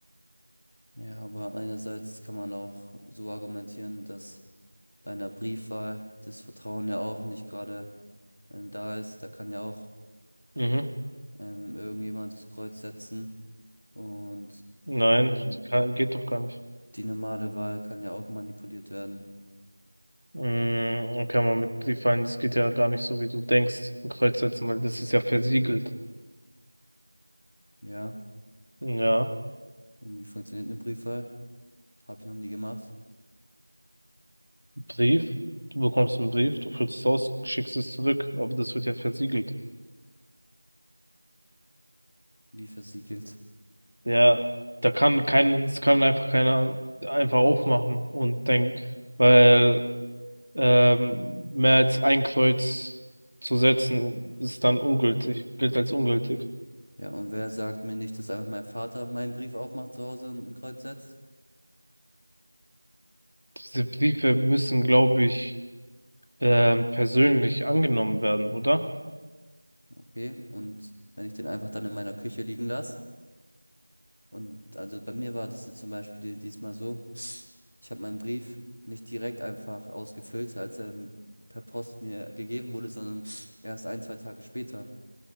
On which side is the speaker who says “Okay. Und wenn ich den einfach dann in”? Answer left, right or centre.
Left